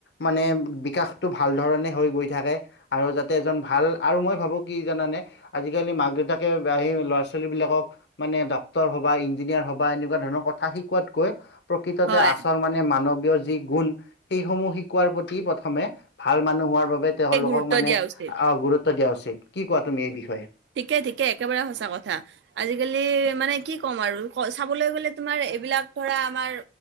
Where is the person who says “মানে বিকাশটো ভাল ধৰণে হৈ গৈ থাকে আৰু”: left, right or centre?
Left